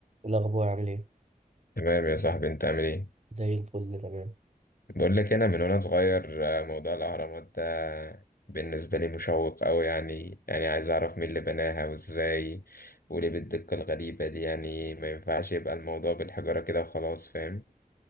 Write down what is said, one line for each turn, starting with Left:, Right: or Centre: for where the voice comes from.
Right: الأخبار عامل إيه؟
Left: تمام يا صاحبي انت عامل ايه
Right: زي الفل تمام
Left: بقول لك انا من وانا صغير آه، موضوع الاهرامات ده بالنسبه لي مشوق قوي يعني يعني عايز اعرف مين اللي بناها وازاي وليه بالدقه الغريبه دي يعني ما ينفعش يبقى الموضوع بالحجاره كده وخلاص فاهم